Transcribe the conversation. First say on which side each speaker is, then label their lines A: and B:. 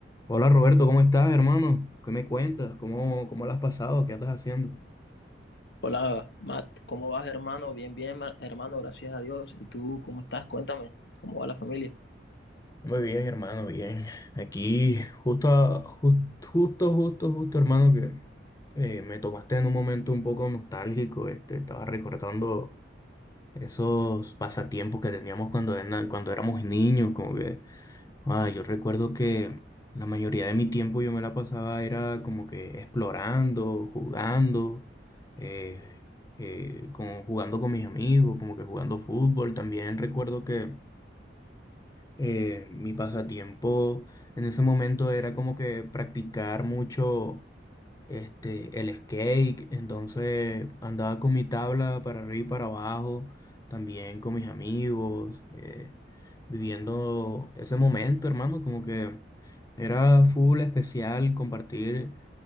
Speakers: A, on the left (about 20°); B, on the left (about 65°).
A: Hola Roberto, ¿cómo estás, hermano? ¿Qué me cuentas? ¿Cómo, cómo la has pasado? ¿Qué andas haciendo?
B: Hola, Matt, ¿cómo vas, hermano? Bien, bien, ma- hermano, gracias a Dios. ¿Y tú cómo estás? Cuéntame, ¿cómo va la familia?
A: Muy bien, hermano, bien. Aquí, Justo, a- jus- justo, justo, justo, hermano, que eh, me tomaste en un momento un poco nostálgico. Este, estaba recordando esos pasatiempos que teníamos cuando, era- cuando éramos niños, como que Ah, yo recuerdo que la mayoría de mi tiempo yo me la pasaba era como que explorando, jugando, eh, eh, como jugando con mis amigos, como que jugando fútbol. También recuerdo que eh, mi pasatiempo en ese momento era como que practicar mucho este, el skate, entonces andaba con mi tabla para arriba y para abajo, también con mis amigos, eh, viviendo ese momento, hermano, como que era full especial compartir